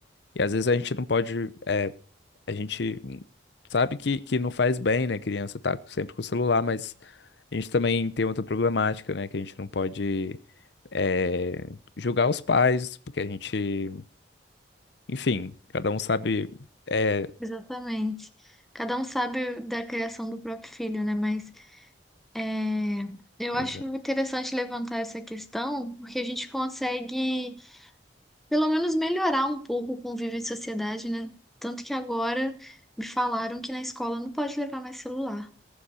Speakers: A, on the left; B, in the centre.
A: E às vezes a gente não pode A gente sabe que, que não faz bem, né? Criança tá sempre com o celular, mas a gente também tem outra problemática, né? Que a gente não pode eh, julgar os pais, porque a gente, enfim, cada um sabe. É,
B: Exatamente. Cada um sabe da criação do próprio filho, né? Mas é, eu
A: exa-
B: acho interessante levantar essa questão, porque a gente consegue pelo menos melhorar um pouco o convívio em sociedade, né? Tanto que agora me falaram que na escola não pode levar mais celular.